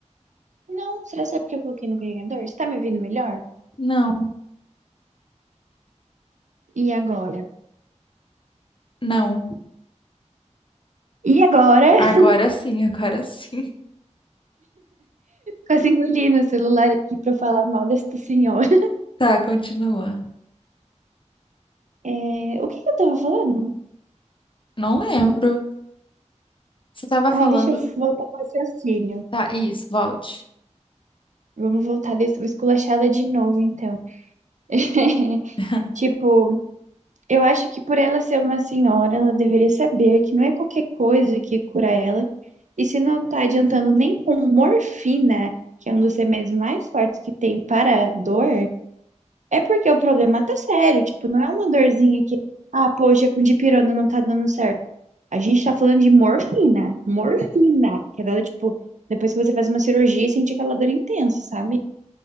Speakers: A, on the right; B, on the left.
A: Não, será que é porque eu coloquei no carregador? Você tá me ouvindo melhor?
B: Não,
A: E agora?
B: não.
A: E agora?
B: Agora
A: <laughs>
B: sim, agora sim. <laughs>
A: Quase engoli no celular aqui pra falar mal desta senhora.
B: Tá, continua.
A: É, o que que eu tava falando?
B: Não lembro. Você tava falando.
A: Ai, deixa eu voltar pro raciocínio.
B: Tá, isso, volte.
A: Vamos voltar desse, vou esculachar ela de novo, então. <laughs>
B: <laughs>
A: Tipo, Eu acho que por ela ser uma senhora, ela deveria saber que não é qualquer coisa que cura ela. E se não tá adiantando nem com morfina, que é um dos remédios mais fortes que tem para dor, é porque o problema tá sério. Tipo, não é uma dorzinha que, ah, poxa, com dipirona não tá dando certo. A gente tá falando de morfina. Morfina. Que é dada, tipo, depois que você faz uma cirurgia, sente aquela dor intensa, sabe?